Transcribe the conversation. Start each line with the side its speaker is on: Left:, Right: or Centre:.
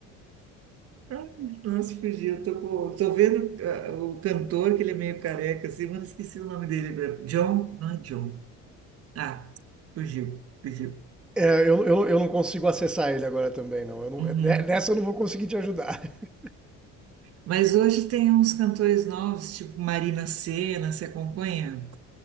Right: Ai, nossa, fugi. Eu tô, com- tô vendo ah, o cantor, que ele é meio careca, assim, mas esqueci o nome dele agora. John? Não é John. Ah, fugiu, fugiu.
Centre: É, eu, eu, eu não consigo acessar ele agora também, não. Eu não-
Right: Uhum.
Centre: ne- Nessa eu não vou conseguir te ajudar. <laughs>
Right: Mas hoje tem uns cantores novos, tipo Marina Sena, você acompanha